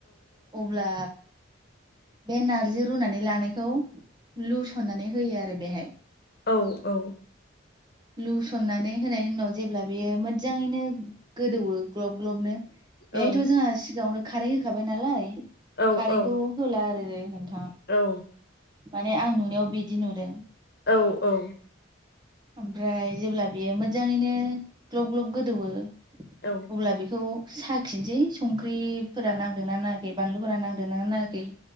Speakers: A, on the right; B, on the left.
A: अब्ला बे नारजि रुनानै लानायखौ लुसननानै होयो आरो बेहाय
B: औ-औ
A: लुसननानै होनायनि उनाव जेब्ला बेयो मोजाङैनो गोदौवो ग्लब ग्लबनो बेहायथ
B: औ
A: जोंहा सिगाङावनो खारै होखाबाय नालाय
B: औ
A: खारैखौ
B: औ
A: होला आरो नोंथा
B: औ
A: माने आं नुनायाव बिदि नुदों
B: औ-औ
A: ओमफ्राय जेब्ला बेयो मोजाङैनो ग्लब ग्लब गोदौवो
B: औ
A: अब्ला बेखौ साखिनोसै संख्रिफोरा नांदोंना नाङाखै बानलुफोरा नांदोंना नाङाखै